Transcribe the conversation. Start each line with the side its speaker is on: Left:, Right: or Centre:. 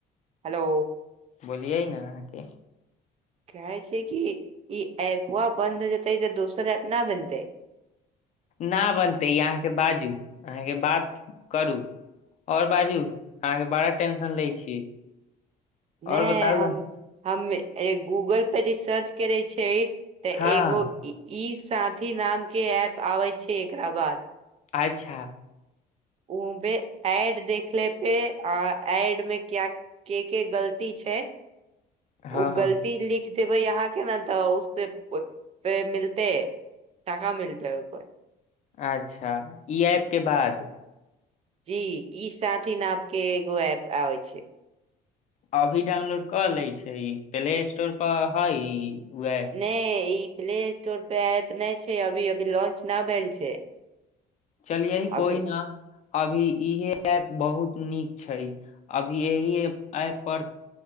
Right: हेलो
Left: बोलियै ने अहाँके
Right: कहै छै कि ई ऐपबा बंन्द हो जेतै ई त दोसर ऐप न बनतै
Left: न बनतै ई अहाँके बाजू अहाँके बात करू ओर बाजू अहाँके बड़ा टेंशन लै छी और
Right: नै
Left: बताउ
Right: हम
Left: न-
Right: हम गूगल पे भी सर्च करे छै तऽ
Left: हँ
Right: एगो ई साथी नाम के एप आबे छै एकरा बाद
Left: अच्छा
Right: उमे ऐड देख ले पे आ एड मे क्या के के गलती छै
Left: हँ
Right: ओ
Left: हँ
Right: गलती लिख ख दैबे यहाँ के ने तऽ उसपे मिलते है टाका मिलतै पर
Left: अच्छा ई ऐप के बाद
Right: जी ई साथ ह नपके एगो एप आबै छै
Left: अभी डाउनलोड कऽ ले छै प्ले स्टोर पर हइ वए
Right: ने ई प्ले स्टोर पे एप नहि छै अभी अभी लॉंच न भेल छै
Left: चलिए कोइ
Right: अभी
Left: न अभी इहे ऐप बहुत नीक छै अभी एहिए ऐप पर